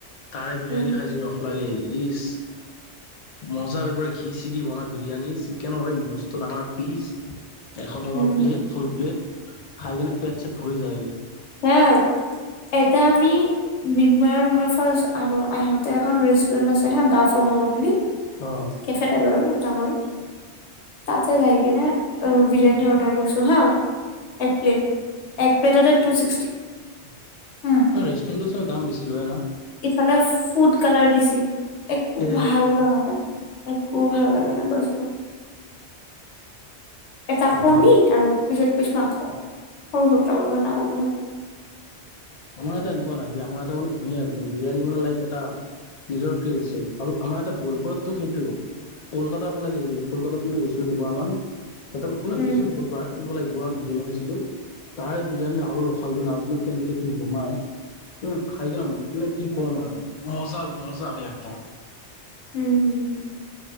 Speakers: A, on the left (about 55°); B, on the left (about 80°).
A: তাৰে বিৰিয়ানি
B: উম
A: খাইছো যি ৰস লাগেই। ইচ মজা বেপৰে ঘি চি দি বন বিৰিয়ানি চিকেন হয় মস্ত ডাঙৰ পিচ। এশ টকা
B: উম
A: প্লেট ফুল প্লেট। খাই কেনে পেট ছেত উৰি যায় গৈ।।
B: সেয়া আৰু এটা আমি বিনময় আৰু মাই ফাৰ্ষ্ট আহো আহোতে এখন ৰেষ্টুৰেণ্ট আছে হা ডা ফৰ মম বুলি।
A: অ
B: কেফে টাইপ আৰু। ডাঙৰ তাতে যাই কিনে অ বিৰিয়ানী অৰ্ডাৰ কৰিছো হা এক প্লেট এক প্লেটতে ৰেও
A: অ ৰেষ্টুৰেণ্টত চাগে দাম বেছি লয় না
B: ইফালে ফুড কালাৰ দিছি একো
A: এ
B: ভাল লগা নাই। একো ভাল লগা নাই। প্ৰশ্ন এটা
A: নাই
B: কণী
A: নাই,
B: আৰু পিছ এক পিছ মাংস সৰু সৰু তাকো ইমান ডাঙৰ নহয়।
A: আমাৰ ইয়াতে এনেকুৱা নাই আমাৰ এটা মানে ধুনীয়া একদম বিৰিয়ানী মানে লাইক এটা নিজৰ ক মই টাইম পোৱা নাই আমাৰ এটা ধুনীয়া মানে একদম বিৰিয়ানি বনোৱা লাইক এটা নিজৰ ফ্ৰিৰি আছে। আৰু বলপুৰতটো সেইটো কলকাতাৰ ফালে গেলী, কলকাতাত পোনে গেছো দুবাৰ মান। তাতেই মানে
B: উম
A: গেছো বহুত বাৰ।। দুবাৰ মান বিৰিয়ানী খাইছিলো তাৰে বিৰিয়ানী আৰু ৰখাল বে নাজনো কেনকে।। কি বনাই উ খাই কানে মানে কি কম আৰু মজা মজা আ একদম।
B: উম হম।